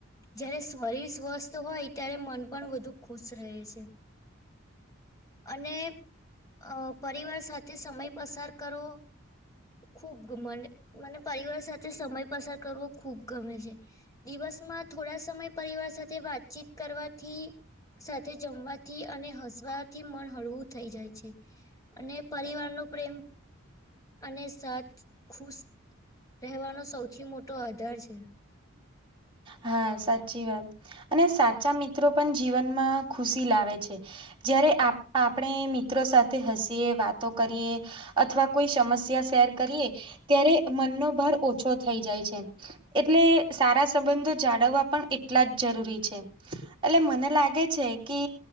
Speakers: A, on the left (about 15°); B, on the right (about 25°).
A: જયારે શરીર સ્વસ્થ હોય ત્યારે મન પણ વધુ ખુશ રહે છે. અને અ પરિવાર સાથે સમય પસાર કરો ખુબ ઘમન્ડ મને પરિવાર સાથે સમય પસાર કરવો ખૂબ ગમે છે. દિવસમાં થોડા સમય પરિવાર સાથે વાતચીત કરવા થી, સાથે જમવાથી અને હસવાથી મન હળવું થઈ જાય છે. અને પરિવારનો પ્રેમ અને સાથ ખુશ રહેવાનો સૌથી મોટો આધાર છે.
B: હા, સાચી વાત. અને સાચા મિત્રો પણ જીવનમાં ખુશી લાવે છે. જયારે આપ-આપણે મિત્રો સાથે હસીએ વાતો કરીએ અથવા કોઈ સમસ્યા શેર કરીએ, ત્યારે મનનો ભાર ઓછો થઈ જાય છે. એટલે સારા સંબંધો જાળવા પણ એટલા જ જરૂરી છે. એટલે મને લાગે છે કે